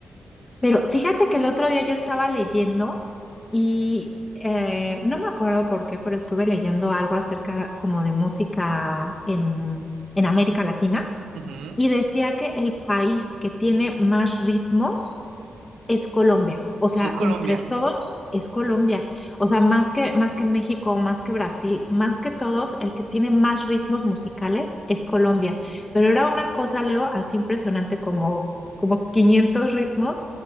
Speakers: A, on the left; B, on the right.
A: Pero fíjate que el otro día yo estaba leyendo y eh, no me acuerdo por qué, pero estuve leyendo algo acerca como de música en, en América Latina
B: Ujú.
A: y decía que el país que tiene más ritmos es Colombia. O sea,
B: Sí, es Colombia.
A: entre todos es Colombia. O sea, más que, más que México, más que Brasil, más que todos, el que tiene más ritmos musicales es Colombia. Pero era una cosa, Leo, así impresionante como, como 500 ritmos